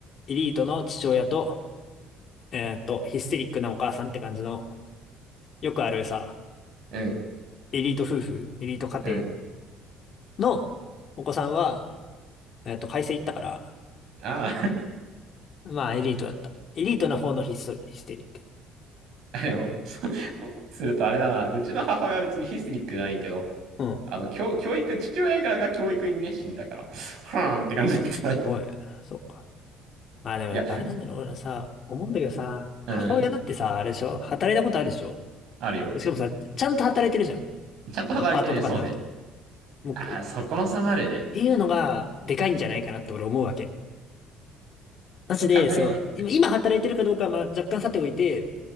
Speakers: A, on the left; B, on the right.
A: エリートの父親と、えーっと、ヒステリックなお母さんって感じの、よくあるさ、
B: うん、
A: エリート夫婦、エリート家庭
B: うん。
A: のお子さんは、えっと、会社行ったから、
B: あ
A: まあ、エリートだった。エリートな方のヒストリ、ヒステリック。
B: あ。<laughs> でも、そそうするとあれだな。うちの母親は別にヒステリックじゃないけど、
A: うん。
B: あの、教、教育、父親側が教育に熱心だから、はーんって感じだった
A: おい、
B: <laughs>
A: そうか。まあでもやっぱあれなんだろう。
B: いや、
A: 俺さ、思うんだけどさ、母親だってさ、
B: うん、
A: あれでしょ働いたことあるでしょ
B: あるよ。
A: でしかもさ、ちゃんと働いてるじゃん。
B: ちゃんと働いてね、
A: あのパートとかじゃなくて。
B: そうね。
A: もう、
B: ああ、
A: っ
B: そこの差はあるね。
A: ていうのが、でかいんじゃないかなって俺思うわけ。マジで、
B: 完全、
A: そう、今、今働いてるかどうかは、まあ、若干さておいて、